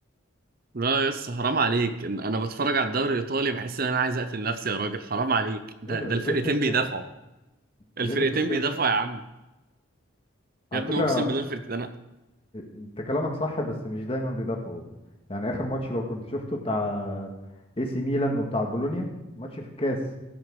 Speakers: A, on the right; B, on the left.
A: لا يس حرام عليك إن انا بتفرج على الدوري الايطالي بحس ان انا عايز اقتل نفسي يا راجل حرام عليك ده
B: ايه ده
A: ده
B: ازاي
A: الفرقتين
B: شايف كده
A: بيدافعوا الفرقتين
B: ليه بتقول كده
A: بيدافعوا يا عم
B: على
A: يا ابني
B: فكره
A: اقسم بالله الفرقتين انا
B: انت كلامك صح بس مش دايما بيدافعوا يعني اخر ماتش لو كنت شفته بتاع اي سي ميلان وبتاع بولونيا ماتش في الكاس